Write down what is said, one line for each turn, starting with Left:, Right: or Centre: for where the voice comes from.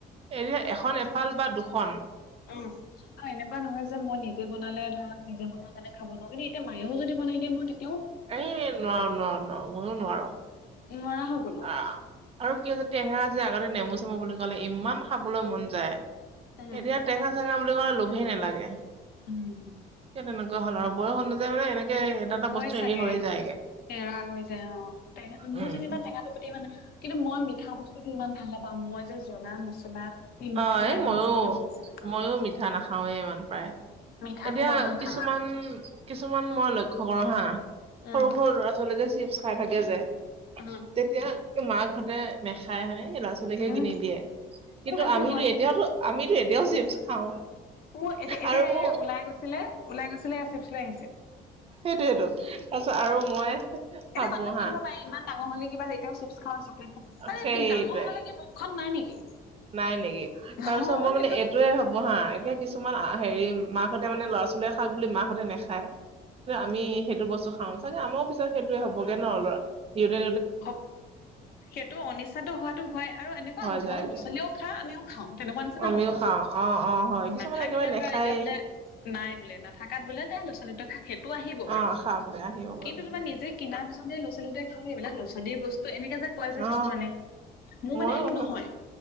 Right: এতিয়া এখন এফাল বা দুখন।
Left: ওঁ। আৰু এনেকুৱা নহয় যে মই নিজে বনালে, ধৰাহওক নিজে বনোৱা কাৰণে খাব নোৱাৰো কিন্তু এতিয়া মায়েও যদি বনাই দিয়ে মই তেত্‌
Right: এই নোৱাৰ নোৱাৰ নোৱাৰো মইও নোৱাৰোঁ।
Left: নোৱাৰা হ'ল?
Right: আঁ, আৰু কি হৈছে টেঙা যে আগতে নেমু-চেমু বুলি ক'লে ইমান খাবলৈ মন যায়। এতিয়া
Left: উম
Right: টেঙা-চেঙা বুলি ক'লে লোভেই নালাগে।
Left: উম,
Right: এতিয়া তেনেকুৱা হ'ল আৰু বয়স অনুযায়ী মানে এনেকে হে এটা এটা
Left: হ'য়
Right: বস্তু
Left: চাগে?
Right: হেৰি হৈ যায়গে
Left: এৰা হৈ যায় অ, টেঙা মোৰ
Right: উম।
Left: যেনিবা টেঙাটো প্ৰতি মানে কিন্তু মই মিঠা বস্তুতোটো ইমান ভাল নাপাওঁ। মই যে জ্বলা মছলা নিমখীয়া
Right: অঁ,
Left: টাইপৰ
Right: এ ময়ো-ময়ো
Left: বস্তুহে মই বেছি ভাল পাওঁ
Right: মিঠা নাখাওঁৱে ইমান প্ৰায়।
Left: মিঠাটো
Right: এতিয়া
Left: মই ইমান ভাল
Right: কিছুমান
Left: নাপাওঁ
Right: কিছুমান মই লক্ষ্য কৰো হাঁ।
Left: উম
Right: সৰু-সৰু ল'ৰা-ছোৱালী যে চিপছ খাই থাকে যে
Left: উম
Right: তেতিয়া মাকহঁতে নেখায় হ'য়, এনে ল'ৰা-ছোৱালীকহে
Left: উম
Right: কিনি দিয়ে। কিন্তু
Left: মোৰ সেইটো
Right: আমিটো,
Left: নহয়
Right: এতিয়াওটো আমিটো এতিয়াও
Left: মোৰ
Right: চিপছ খাওঁ।
Left: মোৰ এতি এতিয়া
Right: আৰু
Left: এইয়া
Right: মোৰ
Left: ওলাই গৈছিলে, ওলাই গৈছিলে চিপছ লৈ আহিছে।
Right: সেইটোয়েইটো, তাৰপিছত আৰু মই ভাবো
Left: এতিয়া মানহক কৈ
Right: হা
Left: দিব পাৰি, ইমান ডাঙৰ হলি কিবা এতিয়াও চিপছ খাৱ। চকলেটো আৰে
Right: সেইটোৱে
Left: কি ডাঙৰ হলে কি মুখখন নাই নেকি?
Right: নাই নেকি? তাৰ
Left: অ
Right: পিছত মই
Left: সেইটো
Right: মানে এইটোৱে হ'ব হাঁ। এতিয়া কিছুমান হেৰি মাকহঁতে মানে ল'ৰা-ছোৱালীয়ে খাওক বুলি মাকহঁতে নেখায়। যে
Left: উম
Right: আমি সেইটো বস্তু খাওঁ চাগে? আমাৰও পিছত সেইটোৱে হ'বগে ন ল'ৰা। নিজে
Left: হপ সেইটো অনিচ্ছাটো হোৱাটো হ'য় আৰু এনেকুৱা
Right: হৈ
Left: হ'ব
Right: যায়গে
Left: লৰ-ছোৱালীও খা আমিও খাওঁ, তেনেকুৱা নিচিনা
Right: আমিও
Left: হ'ব।
Right: খাওঁ অ অ হয় কিছুমানে
Left: নাথাকিলে
Right: একেবাৰে নেখায়ে
Left: ধৰা এতিয়া বোলে নাই বোলে, নাথাকাত বোলে তই ল'ৰা-ছোৱালীদুটাক সেইটো আহিব বাৰু
Right: অ খাওক দে আহিব
Left: কিন্তু
Right: বাৰু
Left: তোমাৰ নিজে কিমান পিছত যে লৰ-ছোৱালী যে খাই, এইবিলাক লৰা-ছোৱালীৰ বস্তু। এনেকে যে ক'য় যে
Right: অ
Left: কিছুমানে মোৰ
Right: ময়ো
Left: মানে সেইটো
Right: উহো,
Left: নহ'য়।